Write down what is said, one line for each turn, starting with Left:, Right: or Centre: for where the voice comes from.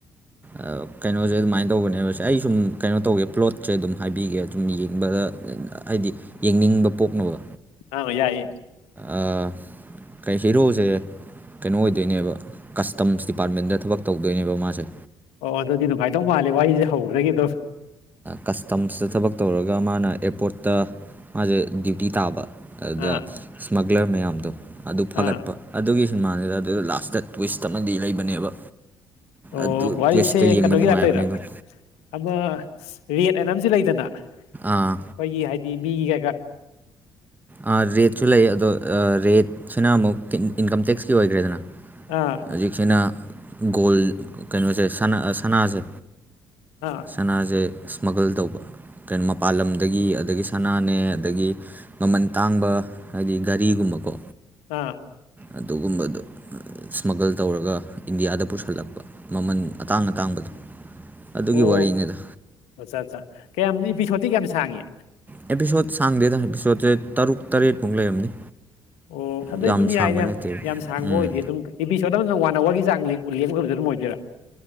Right: ꯑ ꯀꯩꯅꯣꯖꯦ ꯑꯗꯨꯃꯥꯏꯅ ꯇꯧꯕꯅꯦꯕꯁꯦ ꯑꯩ ꯁꯨꯝ ꯀꯩꯅꯣ ꯇꯧꯒꯦ ꯄ꯭ꯂꯣꯠꯁꯦ ꯑꯗꯨꯝ ꯍꯥꯏꯕꯤꯒꯦ ꯑꯗꯨꯨꯝ ꯌꯦꯡꯕꯗ ꯍꯥꯏꯗꯤ ꯌꯦꯡꯅꯤꯡꯕ ꯄꯣꯛꯅꯕ
Left: ꯑꯧ ꯌꯥꯏꯌꯦ
Right: ꯑ ꯀꯩ ꯍꯤꯔꯣꯖꯦ ꯀꯩꯅꯣ ꯑꯣꯏꯗꯣꯏꯅꯦꯕ ꯀꯁꯇꯝꯁ ꯗꯤꯄꯥ꯭ꯔꯠꯃꯦꯟꯗ ꯊꯕꯛ ꯇꯧꯗꯣꯏꯅꯦꯕ ꯃꯥꯖꯦ
Left: ꯑꯣ ꯑꯗꯨꯗꯤ ꯅꯨꯡꯉꯥꯏꯗꯧ ꯃꯥꯜꯂꯦ ꯋꯥꯔꯤꯖꯦ ꯍꯧꯕꯗꯒꯤ ꯑꯗꯨꯝ
Right: ꯀꯁꯇꯝꯁꯇ ꯊꯕꯛ ꯇꯧꯔꯒ ꯃꯥꯅ ꯑꯦꯔꯄꯣꯔꯠꯇ ꯃꯥꯖꯦ ꯗ꯭ꯌꯨꯇꯤ ꯇꯥꯕ ꯑꯗꯨꯗ
Left: ꯑꯥ
Right: ꯏꯁꯃꯒ꯭ꯂꯔ ꯃꯌꯥꯝꯗꯣ ꯑꯗꯨ ꯐꯒꯠꯄ
Left: ꯑꯥ
Right: ꯑꯗꯨꯒꯤ ꯁꯤꯃꯥꯅꯦꯗ ꯑꯗꯨꯗ ꯂꯥꯁꯇ ꯇꯨꯋꯤꯁ ꯑꯃꯗꯤ ꯂꯩꯕꯅꯦꯕ
Left: ꯑꯣ
Right: ꯑꯗꯨ
Left: ꯋꯥꯔꯤꯁꯦ
Right: ꯇ꯭ꯋꯤꯁꯇꯣ ꯌꯦꯡꯕ
Left: ꯀꯩꯅꯣꯒꯤ
Right: ꯅꯨꯡꯉꯥꯏꯕꯅꯦ
Left: ꯇꯥꯏꯞ ꯇꯧꯔꯥ
Right: ꯑꯗꯨꯝ
Left: ꯑꯃ ꯔꯦꯠ ꯑꯅ ꯑꯃꯖꯨ ꯂꯩꯗꯅ ꯑꯩꯈꯣꯏꯒꯤ
Right: ꯑꯥ
Left: ꯍꯥꯏꯗꯤ ꯃꯤꯒꯤ ꯀꯩꯀꯥ
Right: ꯑꯥ ꯔꯦꯠꯁꯨ ꯂꯩ ꯑꯗꯣ ꯔꯦꯠꯁꯤꯅ ꯑꯃꯨꯛ ꯏꯟꯀꯝ ꯇꯦꯛꯁꯀꯤ ꯑꯣꯏꯈ꯭ꯔꯦꯗꯅ
Left: ꯑꯥ
Right: ꯍꯧꯖꯤꯛꯁꯤꯅ ꯒꯣꯜ ꯀꯩꯅꯣꯖꯦ ꯁꯅꯥꯖꯦ
Left: ꯑꯥ
Right: ꯁꯅꯥꯖꯦ ꯁ꯭ꯃꯒꯜ ꯇꯧꯕ ꯀꯩ ꯃꯄꯥꯟ ꯂꯝꯗꯒꯤ ꯑꯗꯒꯤ ꯁꯅꯥꯅꯦ ꯑꯗꯒꯤ ꯃꯃꯟ ꯇꯥꯡꯕ ꯍꯥꯏꯗꯤ ꯒꯔꯤꯒꯨꯝꯕꯀꯣ
Left: ꯑꯥ
Right: ꯑꯗꯨꯒꯨꯝꯕꯗꯣ ꯏꯁꯃꯒꯜ ꯇꯧꯔꯒ ꯏꯟꯗꯤꯌꯥꯗ ꯄꯨꯁꯜꯂꯛꯄ ꯃꯃꯜ ꯑꯇꯥꯡ ꯑꯇꯥꯡꯕꯗꯣ ꯑꯗꯨꯒꯤ
Left: ꯑꯣ
Right: ꯋꯥꯔꯤꯅꯤꯗ
Left: ꯑꯠꯆꯥ ꯑꯠꯆꯥ ꯀꯌꯥꯝ ꯏꯄꯤꯁꯣꯠꯇꯤ ꯀꯌꯥꯝ ꯁꯥꯡꯉꯤ
Right: ꯑꯦꯄꯤꯁꯣꯠ ꯁꯥꯡꯗꯦꯗ ꯑꯦꯄꯤꯁꯣꯠꯁꯦ ꯇꯔꯨꯛ ꯇꯔꯦꯠꯃꯨꯛ ꯂꯩꯔꯝꯅꯤ
Left: ꯑꯣ ꯑꯗꯩ
Right: ꯌꯥꯝ
Left: ꯑꯗꯨꯝ
Right: ꯁꯥꯡꯕ
Left: ꯌꯥꯏꯅ ꯌꯥꯝ
Right: ꯅꯠꯇꯦ
Left: ꯌꯥꯝ ꯁꯥꯡꯕ
Right: ꯎꯝ
Left: ꯑꯣꯏꯗꯦ ꯑꯗꯨꯝ ꯏꯄꯤꯁꯣꯠ ꯃꯗ ꯋꯥꯟ ꯑꯋꯥꯔꯒꯤ ꯆꯥꯡ ꯂꯦꯡꯒꯗꯕ ꯑꯗꯨꯝ ꯑꯣꯏꯗꯣꯏꯔꯥ